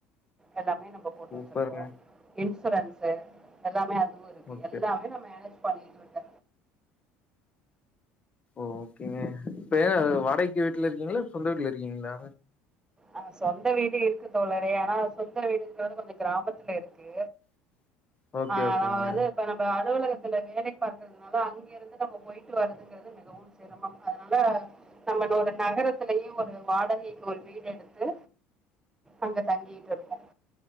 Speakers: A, on the right (about 15°); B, on the left (about 25°).
A: எல்லாம் மே நம்ம போட்டு
B: சூப்பருங்க.
A: வச்சிருக்கோ இன்சுரன்ஸு எல்லாமே அதுவு இருக்கு
B: ஓகே.
A: எல்லாமே நம் மேனேஜ் பண்ணிட்ருக்க
B: ஓகேங்க இப்ப ஏ வாடகைக்கு வீட்ல இருக்கிங்ளா சொந்த வீட்ல இருக்கிங்ளா
A: ஆ சொந்த வீடு இருக்கு தோழரே ஆனா சொந்த வீடுங்றது கொஞ்சொ கிராமத்துல இருக்கு
B: <inaudible> ஓகே
A: ஆஹ்
B: ஓகேங்க.
A: வ வந்து இப்ப நம்ம அலுவலகத் துல வேலை பாக்றதுனால அங்க இருந்து நம்ம பொயிட்டு வருதுங்றது மிகவு ம் சிரமம் அதனால நம்மளோட நகரத்திலயே ஒரு வாடகைக்கொல் வீடு எடுத்து அங்க தங்கீட்ருக்கோ